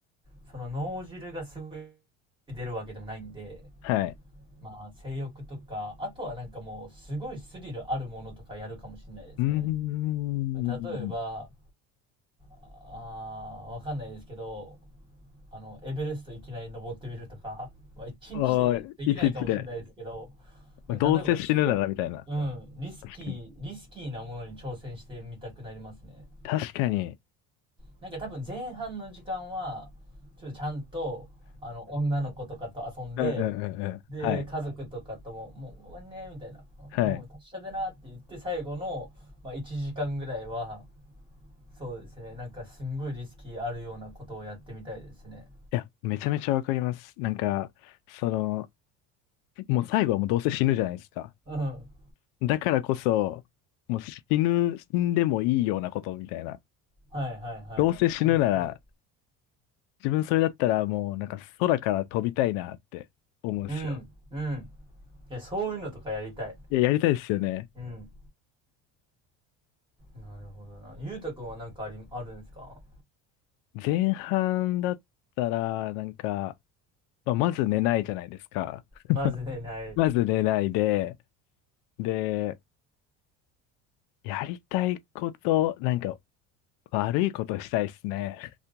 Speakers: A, on the right (about 15°); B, on the left (about 80°).
A: その脳汁がすごい出るわけでもないんで、
B: はい。
A: まあ性欲とか、あとはなんかもうすごいスリルあるものとかやるかもしれないですね。
B: うーん。
A: 例えば、あーわかんないですけど、あの、エベレストいきなり登ってみるとか、まあ一日でできないかもしれないですけど、
B: おー、いちいちで、
A: 例えばすごい、
B: どうせ死ぬならみたいな。
A: うん、リスキー、
B: 確かに。
A: リスキーなものに挑戦してみたくなりますね。
B: 確かに。
A: なんか多分前半の時間は、ちょっとちゃんと、あの、女の子とかと遊んで、
B: うんうんうんうん。
A: で、
B: はい。
A: 家族とかとも、もう終わりね、みたいな、
B: はい。
A: もう達者でなって言って、最後の、まあ、1時間ぐらいは、そうですね、なんかすんごいリスキーあるようなことをやってみたいですね。
B: いや、めちゃめちゃわかります。なんか、その、もう最後はもうどうせ死ぬじゃないですか。
A: うん。
B: だからこそ、もう死ぬ、死んでもいいようなことみたいな。
A: はいはいはい。
B: どうせ死ぬなら、
A: 本当に。
B: 自分それだったらもうなんか空から飛びたいなって思うんですよ。
A: うん、うん。いや、そういうのとかやりたい。
B: いや、やりたいですよね。
A: うん。なるほどな。ゆうたくんはなんかあり、あるんですか
B: 前半だったら、なんか、まあ、まず寝ないじゃないですか。
A: まずね、ない。
B: まず寝ないで、で、やりたいこと、なんか悪いことしたいですね。